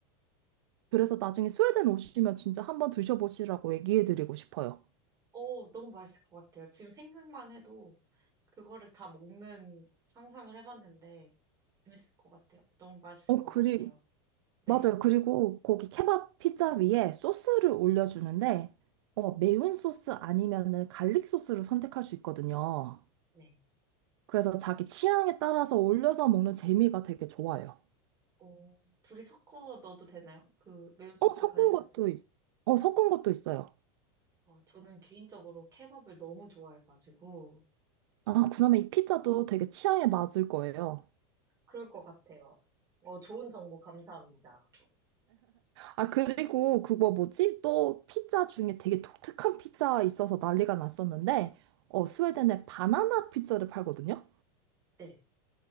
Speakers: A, on the right (about 75°); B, on the right (about 25°).
A: 그래서 나중에 스웨덴 오시면 진짜 한번 드셔보시라고 얘기해드리고 싶어요.
B: 어, 너무 맛있을 것 같아요. 지금 생각만 해도 그거를 다 먹는 상상을 해봤는데 재밌을 것 같아요. 너무 맛있을
A: 어,
B: 것
A: 그리,
B: 같아요. 네,
A: 맞아요. 그리고 거기 케밥 피자 위에 소스를 올려주는데, 어, 매운 소스 아니면은 갈릭 소스를 선택할 수 있거든요.
B: 네.
A: 그래서 자기 취향에 따라서 올려서 먹는 재미가 되게 좋아요.
B: 어, 둘이 섞어 넣어도 되나요? 그 매운 소스,
A: 어, 섞은
B: 갈릭 소스?
A: 것도, 있, 어, 섞은 것도 있어요.
B: 아, 저는 개인적으로 케밥을 너무 좋아해가지고.
A: 아, 그러면 이 피자도 되게 취향에 맞을 거예요.
B: 그럴 것 같아요. 어, 좋은 정보 감사합니다.
A: 아, 그리고 그거 뭐지? 또 피자 중에 되게 독특한 피자 있어서 난리가 났었는데, 어, 스웨덴에 바나나 피자를 팔거든요?
B: 네.